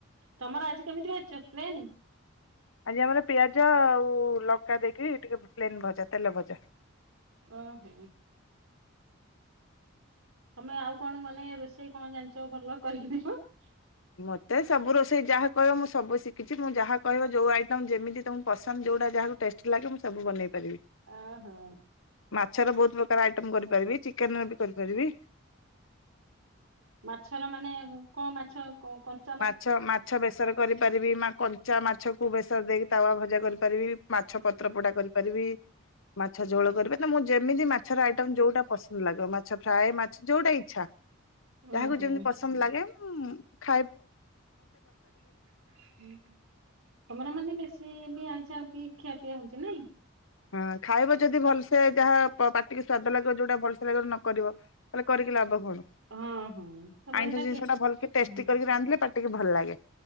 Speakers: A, on the right; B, on the left.
A: ତମର ଆଜି କେମିତି ଭାଜିଚ ପ୍ଲେନ୍?
B: ଆଜି ଆମର ପିଆଜ ଆଉ ଲଙ୍କା ଦେଇକି ଟିକେ ପ୍ଲେନ ଭଜା‌ ତେଲ ଭଜା।
A: ଓହୋ। ତମେ ଆଉ କଣ ମାନେ ରୋଷେଇ କଣ ଜାଣିଛ ଭଲ କରିକି <unintelligible>
B: ମତେ ସବୁ ରୋଷେଇ ଯାହା କହିବ ମୁଁ ସବୁ ଶିଖିଚି ମୁଁ ଯାହା କହିବ ଯୋଉ ଆଇଟମ୍ ଯେମିତି ତମକୁ ପସନ୍ଦ ଯୋଉଟା ଯାହାକୁ ଟେଷ୍ଟି ଲାଗେ ମୁଁ ସବୁ ବନେଇ ପାରିବି।
A: ଆ ହୋ।
B: ମାଛର ବହୁତ୍ ପ୍ରକାର ଆଇଟମ୍ କରିପାରିବି ଚିକେନ୍ ର ବି କରିପାରିବି।
A: ମାଛର ମାନେ କଣ ମାଛ କଣ କଣ
B: ମାଛ ମାଛ ବେସର କରିପାରିବି ମା କଞ୍ଚା ମାଛକୁ ବେସର ଦେଇକି ତାୱା ଭଜା କରିପାରିବି। ମାଛ ପତ୍ର ପୋଡ଼ା କରିପାରିବି ମାଛ ଝୋଳ କରିପା ମୁଁ ଯେମିତି ମାଛର ଆଇଟମ୍ ଯୋଉଟା ପସନ୍ଦ ଲାଗିବ ମାଛ ଫ୍ରାଏ ମାଛ ଯୋଉଟା ଇଚ୍ଛା। ଯାହାକୁ
A: ଓହୋ।
B: ଯେମିତି ଲାଗେ ଉଁ
A: <inaudible> ତମର ମାନେ ବେଶୀ ବି ଆଇଁସ ଖିଆପିଆ ହଉଚି ନାଇଁ?
B: ହଁ ଖାଇବ ଯଦି ଭଲସେ ଯାହା ପାଟିକି ସ୍ଵାଦ ଲାଗିବ ଯୋଉଟା ଭଲସେ ଲାଗିବ ଯଦି ନକରିବ। ତାହେଲେ କରିକି ଲାଭ କଣ
A: ହଁ ହଁ। ତମେ
B: ଆଇଁଷ
A: ସେଟା
B: ଜିନିଷ
A: କେ ହୁଁ
B: ଟା ଭଲକି ଟେଷ୍ଟି କରିକି ରାନ୍ଧିଲେ ପା ପାଟି କି ଭଲ ଲାଗେ।